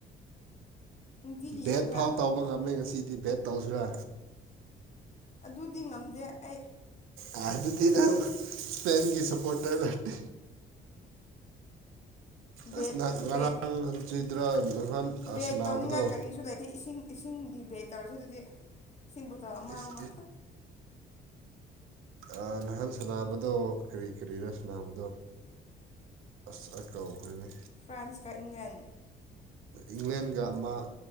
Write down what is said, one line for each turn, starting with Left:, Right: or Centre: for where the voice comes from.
Left: ꯅꯨꯡꯇꯤꯒꯤ
Right: ꯚꯦꯠ
Left: ꯌꯦꯡꯕ꯭ꯔꯥ
Right: ꯐꯥꯎ ꯇꯧꯕ ꯉꯝꯃꯦ ꯉꯁꯤꯗꯤ ꯚꯦꯠ ꯇꯧꯁꯤꯔꯥ
Left: ꯑꯗꯨꯗꯤ ꯉꯝꯗꯦ ꯑꯩ꯫
Right: ꯑ ꯑꯗꯨꯗꯤ ꯅꯪ ꯏꯁꯄꯦꯟꯒꯤ ꯁꯄꯣꯇꯔ ꯅꯠꯇꯦ
Left: ꯕꯦꯠ
Right: ꯑꯁ ꯅꯍꯥꯟ ꯉꯔꯥꯡ
Left: ꯕꯦꯠ
Right: ꯍꯟꯆꯤꯠꯇ꯭ꯔꯥ ꯅꯍꯥꯟ
Left: ꯕꯦꯠ
Right: ꯁꯥꯟꯅꯕꯗꯣ
Left: ꯇꯧꯅꯤꯡꯉꯥꯏ ꯀꯔꯤꯁꯨ ꯂꯩꯇꯦ ꯏꯁꯤꯡ ꯏꯁꯤꯡꯒꯤ ꯕꯦꯠ ꯇꯧꯔꯁꯤ ꯑꯗꯨꯗꯤ ꯏꯁꯤꯡ ꯕꯨꯇꯜ ꯑꯃ
Right: ꯏꯁ
Left: ꯑꯃ
Right: ꯑ ꯅꯍꯥꯟ ꯁꯥꯟꯅꯕꯗꯣ ꯀꯔꯤ ꯀꯔꯤꯔ ꯁꯥꯟꯅꯕꯗꯣ ꯑꯁ ꯑꯀꯥꯎꯈꯣꯏꯅꯦ
Left: ꯐ꯭ꯔꯥꯟꯁꯀ ꯏꯪꯂꯦꯟ
Right: ꯏꯪꯂꯦꯟꯒ ꯑꯃ